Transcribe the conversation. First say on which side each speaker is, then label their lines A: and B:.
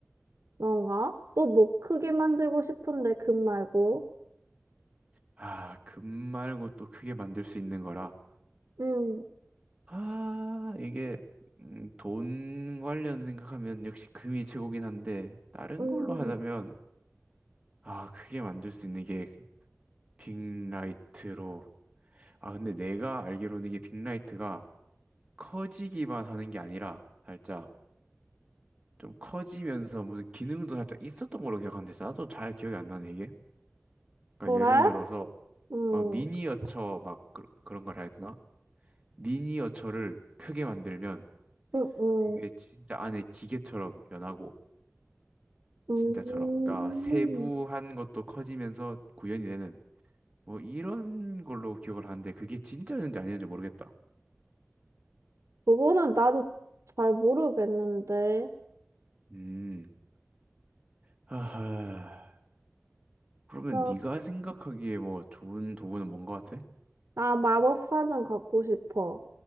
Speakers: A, on the right; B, on the right.
A: 그런가? 또 뭐 크게 만들고 싶은데 금 말고.
B: 아, 금 말고 또 크게 만들 수 있는 거라.
A: 응
B: 아, 이게 음, 돈 관련 생각하면 역시 금이 최고긴 한데 다른
A: 응
B: 걸로 하자면 아, 크게 만들 수 있는 게 빅라이트로. 아, 근데 내가 알기로는 이게 빅라이트가 커지기만 하는 게 아니라 살짝 좀 커지면서 무슨 기능도 살짝 있었던 걸로 기억하는데 나도 잘 기억이 안 나네, 이게. 그러니까
A: 그래?
B: 예를 들어서
A: 응
B: 막 미니어처 막 그, 그런 걸 해야 되나? 미니어처를 크게 만들면
A: 응 응
B: 그게 진짜 안에 기계처럼 변하고
A: 응
B: 진짜처럼 그러니까 세부한 것도 커지면서 구현이 되는 뭐 이런 걸로 기억을 하는데 그게 진짜였는지 아니었는지 모르겠다.
A: 그거는 나도 잘 모르겠는데.
B: 음. 하하. 그러면
A: 그럼
B: 네가 생각하기에 뭐 좋은 도구는 뭔 것 같아?
A: 나 마법사전 갖고 싶어.